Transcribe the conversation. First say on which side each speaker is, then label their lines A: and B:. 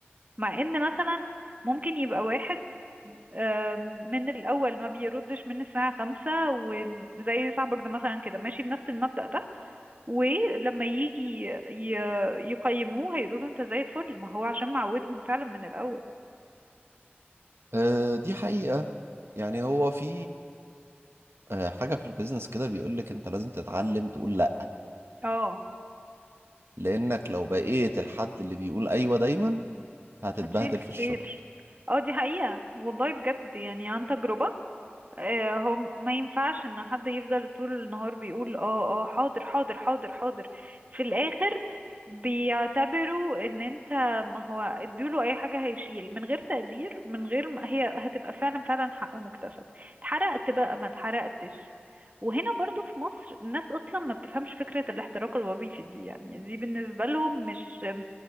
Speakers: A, on the right; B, on the right.
A: مع ان مثلا ممكن يبقى واحد آم، من الأول ما بيردش من الساعة خمسة وزي صاحبك ده مثلا كده ماشي بنفس المبدأ ده ولما يجي ي- يقيموه هيقولوا له انت زي الفل ما هو عشان معودهم فعلا من الأول
B: آه، دي حقيقة يعني هو في آه، حاجة في البيزنس كده بيقولك انت لازم تتعلم تقول لا
A: اه
B: لانك لو بقيت الحد اللي بيقول ايوه دايما هتتبهدل
A: هتشيل كتير
B: في الشغل
A: اه دي حقيقة والله بجد يعني عن تجربة آه، هو م- ما ينفعش ان حد يفضل طول النهار بيقول اه اه حاضر حاضر حاضر حاضر في الاخر بيعتبروا ان انت ما هو اديله اي حاجة هيشيل من غير تقدير من غير ما هي هتبقى فعلا فعلا حق مكتسب اتحرقت بقى ما اتحرقتش وهنا برضو في مصر الناس اصلا ما بتفهمش فكرة الاحتراق الوظيفي دي يعني دي بالنسبة لهم مش